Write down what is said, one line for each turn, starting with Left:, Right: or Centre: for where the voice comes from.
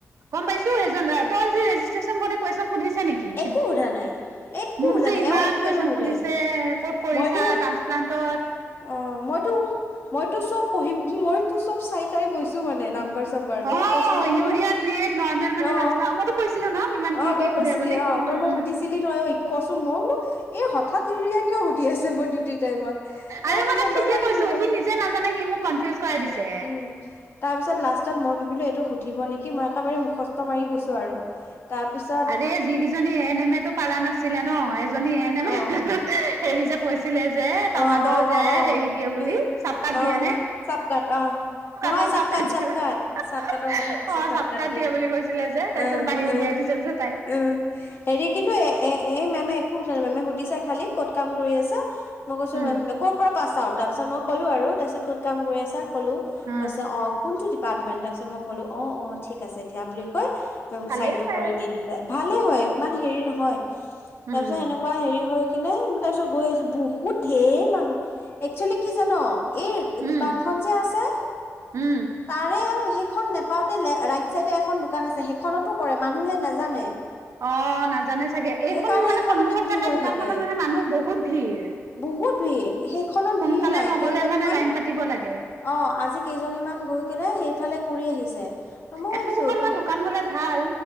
Right: গ'ম পাইছো, এইজন তই যে ৰেজিষ্ট্ৰেশ্যন কৰোটে কুৱেশ্যন সুধিছে নেকি?
Left: একো সোধা নাই একো
Right: মোক
Left: সোধা
Right: যে
Left: নাই
Right: ইমান
Left: এওঁ একোৱে
Right: কুৱেশ্যন
Left: নুসুধে
Right: সুধিছে ক'ত কৰিছা
Left: মইতো
Right: প্লান্তত
Left: অ', মইতো মইতো চব পঢ়ি মইতো চব চাই চাই গৈছো মানে নাম্বাৰ চাম্বাৰ, তই
Right: অ',
Left: কৈছিলি নহয়
Right: ইউৰিয়া ক্ৰিয়েট নৰ্মেল মানে
Left: অ'
Right: ট্ৰান্সপ্লান মইতো কৈছিলো ন কিমান কি
Left: অ'
Right: কি
Left: তই
Right: সোধে
Left: কৈছিলি
Right: বুলি
Left: অ',
Right: উম,
Left: তই মোক সুধিছিলি ছিলি নহয় ঐ কচোন, মই বোলো এই হঠাৎ ইউৰিয়া কিয় সুধি আছে মোৰ ডিউটিৰ টাইমত? তাৰ
Right: আৰে
Left: পিছত
Right: মই তাক ঠিকেই
Left: নাজানো
Right: কৈছো,
Left: বুলি ক'লো
Right: সি নিজে নাজানে সি মোক কনফিউজ কৰাই দিছে।
Left: উম <unintelligible> তাৰ পিছত লাষ্টত মই ভাবিলো এইটো সুধিব নেকি মই একেবাৰে মুখস্থ মাৰি গৈছো আৰু। তাৰপিছত
Right: আৰে যিকেইজনী এ এন এম এ টো পালা নাছিলে ন, এজনী এন এম এ
Left: অ
Right: হেৰি যে কৈছিল লে যে তামাৰ
Left: অ
Right: দল
Left: অ
Right: যে
Left: অ অ
Right: হেৰি দিয়ে বুলি
Left: উম
Right: চকা দিয়ে
Left: অ অ চাপকাট অ নহয়
Right: <unintelligible>
Left: চাপকাট চাপকাট চাপকাটৰ কথা কৈছে
Right: অ',
Left: চাপকাট
Right: চপকাত দিয়ে বুলি কৈছিলে যে তাৰপিছত
Left: অ
Right: বাহিৰ উলিয়াই
Left: অ
Right: দিছে। যে তাই
Left: উম, হেৰি কিন্তু এ এ এই মেমে একো সোধা নাই, মেমে সুধিছা খালি ক'ত কাম কৰি আছে? মই কৈছো
Right: উম
Left: মেম ক' পৰা পাচ আউট? তাৰ পাছত মই ক'লো আৰু তাৰপিছত ক'ত কাম কৰি আছা ক'লো
Right: উম
Left: কৈছে অ কোনটো ডি পাৰ্টমেন? তাৰপিছত মই কলো অ' অ' ঠিক আছে দিয়া বুলি কৈ
Right: ভালেই
Left: চাইনটো
Right: পায়
Left: কৰি
Right: আৰু
Left: দি দি ভালে হয় ইমান হেৰি নহয়, তাৰ
Right: উম
Left: পিছত সেনেকুৱা হেৰি হয়। হৈ কিনে তাৰ পিছত গৈ আহিছো, বহুত ঢেৰ মানুহ। একচুৱেলি কি জান? এই
Right: উম
Left: দোকানখন যে আছে।
Right: উম।
Left: তাৰে সেইখন নেপাওঁতে ৰাইট চাইডে এখন দোকান আছে, সেইখনতো কৰে মানুহে নাজানে?
Right: অ', নাজানে চাগে, এইখন
Left: সেইকাৰণে
Right: মানে
Left: এইখনতে
Right: সন্মুখত
Left: ভিৰ
Right: থকা
Left: হৈ
Right: দোকানখনত
Left: থাকে
Right: মানে মানুহ বহুত ভিৰ।
Left: বহুত ভিৰ, সেইখনত
Right: সোনকালে
Left: ভিৰ নাই,
Right: নগলে
Left: কেইজনেমান
Right: মানে লাইন পাতিব লাগে
Left: অ', আজি কেইজনীমান গৈ কিনে, সেইফালে কৰি আহিছে। মই ভাবিছো
Right: এখন দুখন
Left: তোম
Right: মান দোকান হ'লে ভাল।